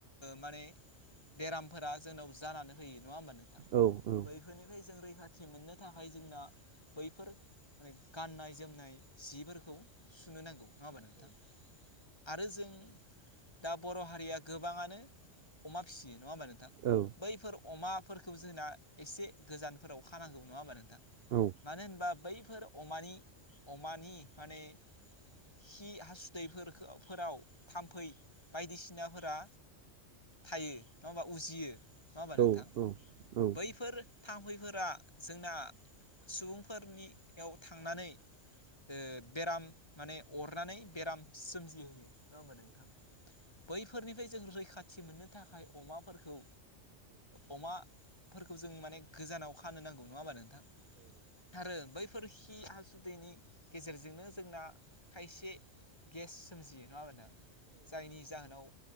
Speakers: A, on the left; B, on the right.
A: माने बेरामफोरा जोंनाव जानानै होयो नङा होमबा नोंथां?
B: औ-औ
A: बैफोरनिफ्राय जों रैखाथि मोननो थाखाय जोंना बैफोर माने गाननाय-जोमनाय जिफोरखौ सुनो नांगौ नङा होमा नोंथां? आरो जों दा बर' हारिया गोबाङानो अमा फिसियो नङा होमब्ला नोंथां?
B: औ
A: बैफोर अमाफोरखौ जोंना एसे गोजानफोराव खानांगौ नङा होमबा नोंथां?
B: औ
A: मानो होनबा बैफोर अमानि अमानि माने खि हासुदैफोराव थाम्फै बायदिसिनाफोरा थायो नङा होमबा उजियो नङा होमबा नोंथां
B: औ औ औ
A: बैफोर थाम्फैफोरा जोंना सुबुंफोरनि याव थांनानै ओ बेराम माने अरनानै बेराम सोमजिहोयो। नङा होमा नोंथां? बैफोरनिफ्राय जों रैखाथि मोननो थाखाय अमाफोरखौ अमा फोरखौ जों माने गोजानाव खानो नांगौ नङा होमा नोंथां? आरो बै फोर खि हासुदैनि गेजेरजोंनो जोंना खायसे गेस सोमजियो नङा होमबा नोंथां? जायनि जाहोनाव